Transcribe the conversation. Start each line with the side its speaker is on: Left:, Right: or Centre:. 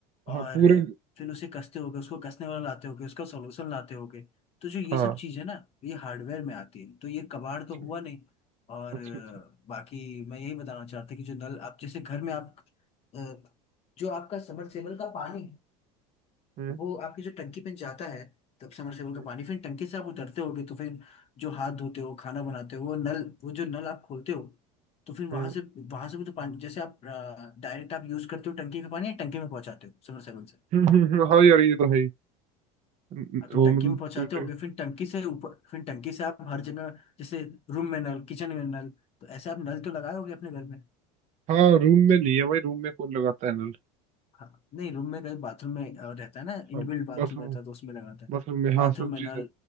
Right: हाँ
Left: और
Right: पूरे
Left: फिर उसे कसते होगे उसको कसने वाला लाते होगे उसका सॉल्यूशन लाते होगे तो जो ये
Right: हाँ
Left: सब चीज़ है ना ये हार्डवेयर में आती है तो ये कबाड़
Right: अच्छा
Left: तो हुआ नहीं और
Right: अच्छा
Left: अ,
Right: अच्छा
Left: बाकी मैं यही बताना चाहता कि जो नल आप जैसे घर में आप अ, जो आपका सबमर्सिबल का पानी
Right: हम्म
Left: वो आपकी जो टंकी पे जाता है तब समरसेबल का
Right: हम्म
Left: पानी फिर टंकी से आप उतरते होगे तो फिर जो हाथ धोते हो खाना बनाते हो वो नल वो जो नल आप खोलते हो तो फिर वहां
Right: हम्म।
Left: से वहां से भी तो पानी जैसे आप डायरेक्ट आप यूज करते हो टंकी का पानी या टंकी में पहुंचाते हो समरसेबल से
Right: <laughs> हम्म, हम्म, हाँ यार ये तो है ही न-
Left: हाँ, तो
Right: वो
Left: टंकी
Right: मतलब
Left: में पहुंचाते
Right: टू- टू-
Left: होगे फिर टंकी से ऊपर फिर टंकी से आप हर जगह जैसे रूम में नल किचन में नल तो ऐसे आप नल तो लगाए होगे अपने घर में
Right: हाँ रूम में नहीं है भाई रूम में कौन लगाता है नल
Left: हाँ नहीं रूम में कहीं बाथरूम में अ, रहता है ना इनबिल्ट
Right: हाँ
Left: बाथरूम
Right: बाथरूम
Left: रहता है तो उसमें लगाता है
Right: बाथरूम में
Left: बाथरूम
Right: हाँ सब
Left: में
Right: चीज
Left: नल
Right: है